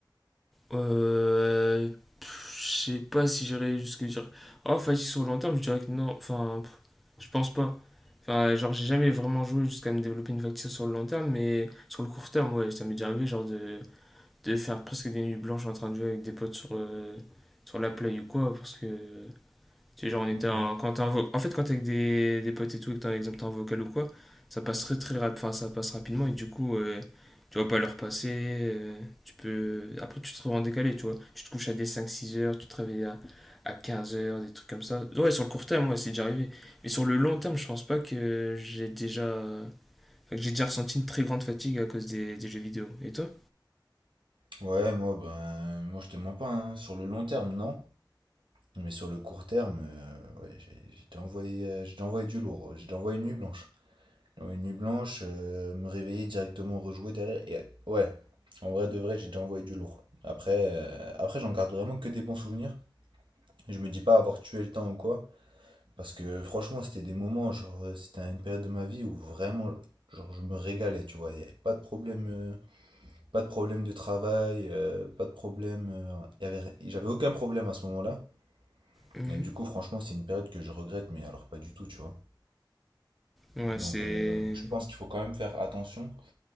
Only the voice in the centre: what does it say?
Euh... pff, Je sais pas si j'irais jusque dire. Oh, fatigue sur le long terme, je dirais que non. Enfin, pff, je pense pas. Enfin, genre, j'ai jamais vraiment joué jusqu'à me développer une fatigue sur le long terme, mais sur le court terme, ouais, ça m'est déjà arrivé, genre, de... de faire presque des nuits blanches en train de jouer avec des potes sur, euh, sur la play ou quoi, parce que. Tu sais, genre, on était
en, quand t'es en, vo- en fait, quand t'es avec des, des potes et tout, et que t'es, par exemple, t'es en vocal ou quoi, ça passe très très rap- enfin, ça passe rapidement et du coup, euh, tu vas pas leur passer. euh, tu peux... Après, tu te retrouves en décalé, tu vois. Tu te couches à des cinq six heures, tu te réveilles à, à 15 heures, des trucs comme ça. Ouais, sur le court terme, moi, c'est déjà arrivé. Mais sur le long terme, je pense pas que j'ai déjà. enfin, que j'ai déjà ressenti une très grande fatigue à cause des, des jeux vidéo. Et toi?
Mhm.
Ouais,
c'est.